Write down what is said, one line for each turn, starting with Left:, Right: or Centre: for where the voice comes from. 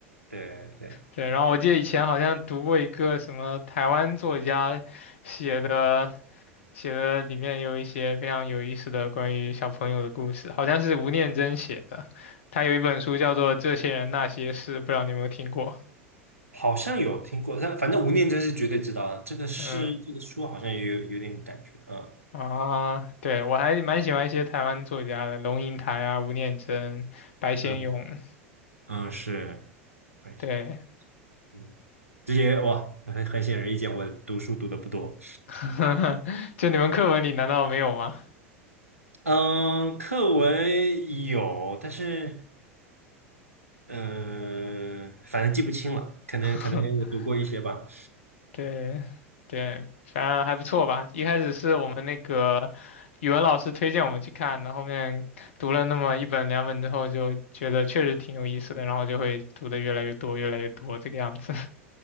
Right: 对对。
Left: 对，然后我记得以前好像读过一个什么台湾作家写的。写的里面有一些非常有意思的关于小朋友的故事，好像是吴念真写的。他有一本书叫做《这些人那些事》，不知道你有没有听过？
Right: 好像有听过，但反正吴念真是绝对知道的这个是这个书好像也有有点感觉，
Left: 嗯
Right: 嗯
Left: 啊，对，我还蛮喜欢一些台湾作家的，龙应台啊、吴念真、白先勇。
Right: 嗯嗯，是，还行。
Left: 对，
Right: 嗯，这些哇，很很显而易见，我读书读的不多。
Left: <laughs> 就你们课文里难道没有吗？
Right: 嗯，课文有，但是嗯、呃反正记不清了，可能可能有读过一些吧。
Left: <laughs> 对对，反正还不错吧。一开始是我们那个语文老师推荐我们去看的，后面读了那么一本两本之后，就觉得确实挺有意思的，然后就会读的越来越多，越来越多这个样子。<laughs>